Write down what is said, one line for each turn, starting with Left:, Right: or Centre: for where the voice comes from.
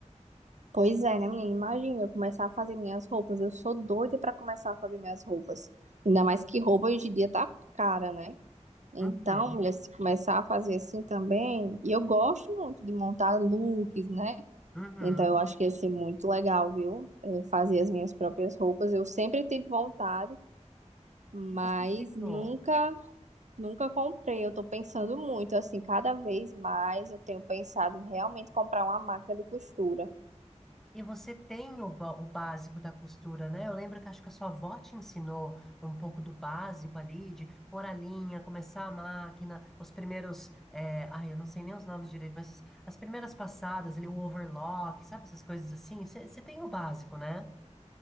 Right: Pois é, né, menina? Imagina eu começar a fazer minhas roupas. Eu sou doida pra começar a fazer minhas roupas. Ainda mais que roupa hoje em dia tá cara, né? Então,
Centre: Uhum,
Right: mulher, se começar a fazer assim também, e eu gosto muito de montar looks, né?
Centre: uhum.
Right: Então, eu acho que ia ser muito legal, viu? É, fazer as minhas próprias roupas. Eu sempre tive vontade, mas
Centre: E você tentou?
Right: nunca, nunca comprei. Eu tô pensando muito, assim, cada vez mais eu tenho pensado em realmente comprar uma máquina de costura.
Centre: E você tem o, ba- o básico da costura, né? Eu lembro que acho que a sua avó te ensinou um pouco do básico ali, de pôr a linha, começar a máquina, os primeiros. eh, ai, eu não sei nem os nomes direito, mas as, as primeiras passadas, ali, o overlock, sabe? Essas coisas assim. Você tem o básico, né?